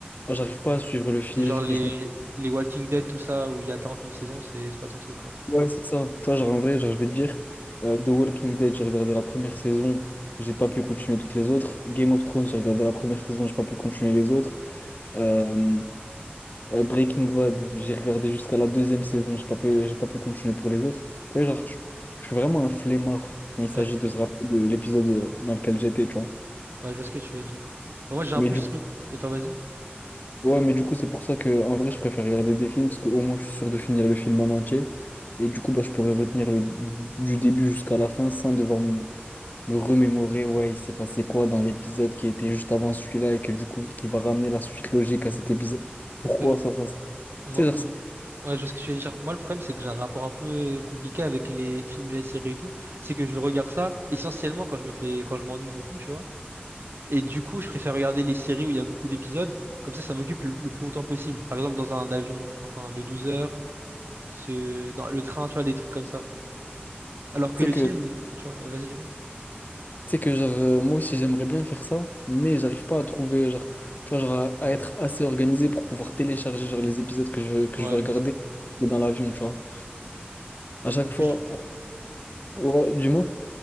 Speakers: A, on the left (about 45°); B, on the right (about 70°).
A: ah, j'arrive pas à suivre le fil.
B: Genre les,
A: Je me...
B: les Walking Dead, tout ça, où il y a quarante mille saisons, c'est c'est pas ton truc, quoi.
A: Ouais, c'est ça. Tu vois, genre, en vrai, genre, je vais te dire, euh, The Walking Dead, j'ai regardé la première saison, j'ai pas pu continuer toutes les autres. Game of Thrones, j'ai regardé la première saison, j'ai pas pu continuer les autres. Euh, Euh, Breaking Bad, j'ai regardé jusqu'à la deuxième saison, j'ai pas pu, j'ai pas pu continuer pour les autres. T'as vu, genre, je, je suis vraiment un flemmard quand il s'agit
B: Ouais,
A: de se rappeler de l'épisode euh, dans lequel j'étais, tu vois.
B: ouais, je vois ce que tu veux dire. Bah, moi, j'ai un
A: Mais
B: peu
A: du
B: ce
A: coup,
B: truc que toi, vas-y.
A: ouais, mais du coup, c'est pour ça que en vrai, je préfère regarder des films parce qu'au moins, je suis sûr de finir le film en entier. Et du coup, bah, je pourrais retenir le, du début jusqu'à la fin sans devoir me, me remémorer, ouais, il s'est passé quoi dans l'épisode qui était juste avant celui-là et que du coup, qui va ramener la suite logique
B: Ouais.
A: à cet épisode. Pourquoi
B: Bah, m-
A: ça, ça, ça.
B: moi,
A: Tu sais, genre,
B: m-
A: c'est- tu
B: ouais, je vois ce que tu veux dire. Moi, le problème, c'est que j'ai un rapport un peu euh, compliqué avec les films et les séries et tout. C'est que je regarde ça essentiellement quand je me fais, quand je m'ennuie de fou, tu vois. Et du coup, je préfère regarder les séries où il y a beaucoup d'épisodes. Comme ça, ça m'occupe le, le plus longtemps possible. Par exemple, dans un avion enfin, de 12 heures, ce, dans le train, tu vois, des trucs comme ça. Alors que
A: sais
B: le film,
A: que
B: tu vois, vas-y, dis-moi.
A: Tu sais que genre euh, moi aussi j'aimerais bien faire ça, mais j'arrive pas à trouver genre tu vois genre à, à être assez organisé pour pouvoir télécharger genre les épisodes que je veux, que
B: Ouais,
A: je veux regarder
B: je sais.
A: dans l'avion, tu vois. À chaque
B: du
A: fois
B: coup, je,
A: ouais, dis-moi.